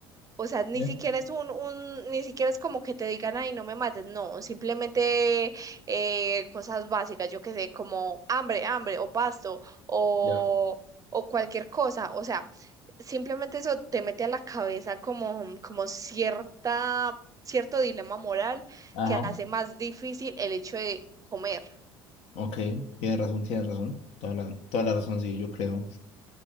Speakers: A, on the right; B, on the left.
A: O sea, ni
B: <laughs> ¿eh?
A: siquiera es un, un, ni siquiera es como que te digan, ay, no me mates, no, simplemente eh, cosas básicas, yo qué sé, como hambre, hambre, o pasto, o,
B: Ya.
A: o cualquier cosa. O sea, simplemente eso te mete a la cabeza como, como cierta, cierto dilema moral
B: Ajá.
A: que hace más difícil el hecho de comer.
B: Ok, tienes razón, tienes razón, toda la, toda la razón, sí, yo creo.